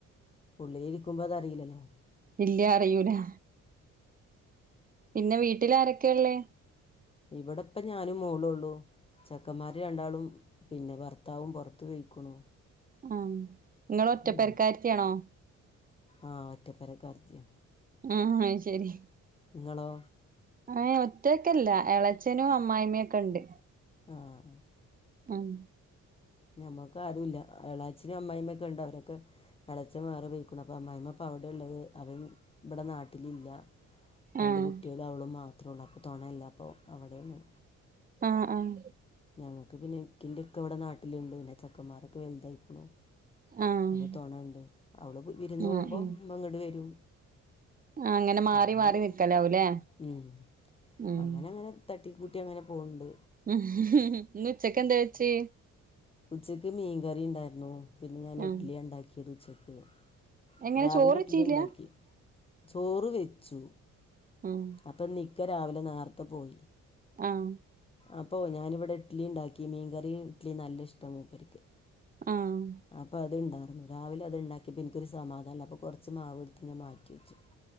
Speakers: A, on the left (about 20°); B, on the right (about 30°).
A: ഉള്ളിലിരിക്കുമ്പോ അതറീലല്ലോ.
B: ഇല്ല്യാ അറിയൂലാ. പിന്നെ വീട്ടില് ആരൊക്കെ ഇള്ളേ.
A: ഇവിടെ ഇപ്പം ഞാനും മോളും ഒള്ളൂ. ചെക്കന്മാര് രണ്ടാളും പിന്നെ ഭർത്താവും പൊറത്ത് പെയ്ക്കുണു.
B: ആഹ്. നിങ്ങള് ഒറ്റപ്പരക്കാരത്തിയാണോ
A: ഹും ആഹ് ഒറ്റപ്പെരകാരത്തിയാ.
B: ആഹ് ആയ് ശെരി.
A: ഇങ്ങളോ
B: ഏഹ് ഒറ്റക്കല്ല എളച്ചനും അമ്മായിമ്മയൊക്കെണ്ട്
A: ആഹ്
B: ഉം
A: ഞമ്മക്ക് ആരും ഇല്ല എളാച്ചിനും അമ്മായിമ്മയും ഒക്കെണ്ട് അവരൊക്കെ എളച്ചൻ വേറെ പോയിക്ക്ണ് അപ്പം അമ്മയിമ്മ ഇപ്പം അവിടെ. ഉള്ളത് അവൻ ഇവിടെ നാട്ടിലില്ല
B: ആഹ്
A: രണ്ട് കുട്ടിളും അവളും മാത്ര ഒള്ളൂ അപ്പൊ തുണല്ല അപ്പം അവിടെയാണ്
B: ആഹ് ആഹ്
A: ഞങ്ങൾക്ക് പിന്നെ ഇൻ്റെ ഇക്ക ഇവിടെ നാട്ടിലുണ്ട് പിന്നെ ചെക്കന്മാരൊക്കെ വലുതായിരിക്കുണു
B: ആഹ്
A: അപ്പൊ തോണ ഇണ്ട് അവള് വിരുന്ന്
B: ആഹ്
A: പോവുമ്പോ
B: ആഹ്
A: ഇമ്മ ഇങ്ങട്ട് വരും
B: ആഹ് മാറി
A: അങ്ങനെ
B: മാറി നിക്കലാവൂലേ
A: ഉം
B: ഉം
A: അങ്ങനെ അങ്ങനെ തട്ടിക്കൂട്ടി അങ്ങനെ പോകുണ്ട്
B: ഇന്ന് ഉച്ചക്കെന്തേ വെച്ച്
A: ഉച്ചക്ക് മീൻകറിണ്ടായിരുന്നു പിന്നെ ഞാൻ
B: ആഹ്
A: ഇഡ്ലിയാണ്ടാക്കിയത് ഉച്ചക്ക്
B: എങ്ങനെ
A: രാവിലെ
B: ചോറ് വെച്ചീല്ല
A: ഇഡ്ലിണ്ടാക്കി ചോറ് വെച്ചു
B: ആഹ്
A: അപ്പം ഇന്ന് ഇക്ക രാവിലെ നേരത്തെ പോയി
B: ആഹ്.
A: അപ്പോ ഞാനിവിടെ ഇഡ്ലി ഉണ്ടാക്കിനി മീന്കറി ഇഡ്ലി നല്ല ഇഷ്ടാ മൂപ്പർക്ക്.
B: ഉം.
A: അപ്പൊ അത്ണ്ടായിരുന്നു രാവിലെ അത്ണ്ടാക്കിയപ്പോ ഇൻകൊരു സമാധാനംല്ല അപ്പോ കൊർച്ച് മാവ്ട്ത്ത് മാറ്റി വെച്ചു. <inaudible>